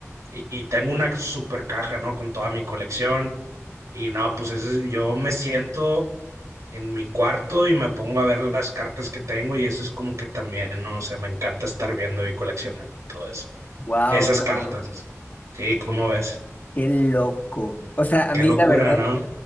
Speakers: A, on the right; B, on the left.
A: y, y tengo una super caja, ¿no? Con toda mi colección. Y no, pues eso es- yo me siento en mi cuarto y me pongo a ver las cartas que tengo y eso es como que también, ¿no? O sea, me encanta estar viendo y coleccionando y todo eso.
B: Wow,
A: Esas
B: brother,
A: cartas. Sí, ¿cómo ves?
B: qué loco. O sea, a
A: Qué
B: mí
A: locura,
B: la verdad,
A: ¿no?